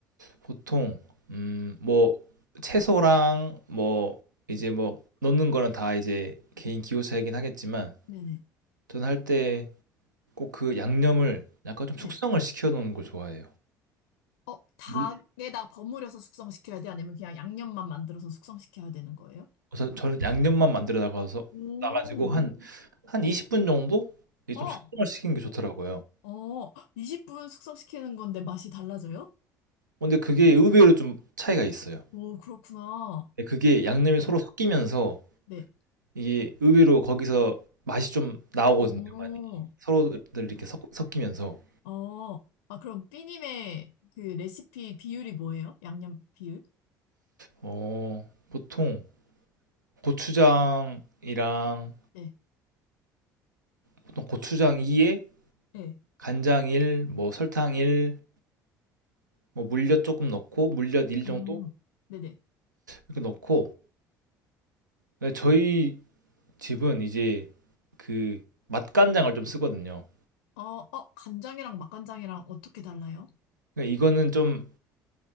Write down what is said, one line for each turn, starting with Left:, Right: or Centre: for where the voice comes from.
Right: 보통 음, 뭐 채소랑 뭐 이제 뭐 넣는 거는 다 이제 개인 기호 차이긴 하겠지만
Left: 네네.
Right: 저는 할 때 꼭 그 양념을 약간 좀 숙성을
Left: 네.
Right: 시켜 놓는 걸 좋아해요.
Left: 어, 닭에다
Right: 음.
Left: 버무려서 숙성시켜야 돼? 아니면 그냥 양념만 만들어서 숙성시켜야 되는 거예요?
Right: 그래서 저는 양념만 만들어 나가서
Left: 오,
Right: 나가지고 한 한 20분 정도 이게
Left: 어,
Right: 좀 숙성을 시키는 게 좋더라고요.
Left: 어, 어, 20분 숙성시키는 건데 맛이 달라져요?
Right: 근데 그게 의외로 좀 차이가 있어요.
Left: 오, 그렇구나.
Right: 근데 그게 양념이
Left: 네,
Right: 서로 섞이면서
Left: 네.
Right: 이게 의외로 거기서 맛이 좀 나오거든요,
Left: 어,
Right: 많이. 서로들 이렇게 섞, 섞이면서.
Left: 어, 아, 그럼 삐님의 그 레시피 비율이 뭐예요? 양념 비율?
Right: 어, 보통 고추장이랑
Left: 네,
Right: 보통 고추장 2에
Left: 네,
Right: 간장 1, 뭐 설탕 1, 뭐 물엿 조금 넣고 물엿 1
Left: 음,
Right: 정도
Left: 네네.
Right: 이렇게 넣고 근데 저희 집은 이제 그 맛간장을 좀 쓰거든요.
Left: 어, 어, 간장이랑 맛간장이랑 어떻게 달라요?
Right: 그러니까 이거는 좀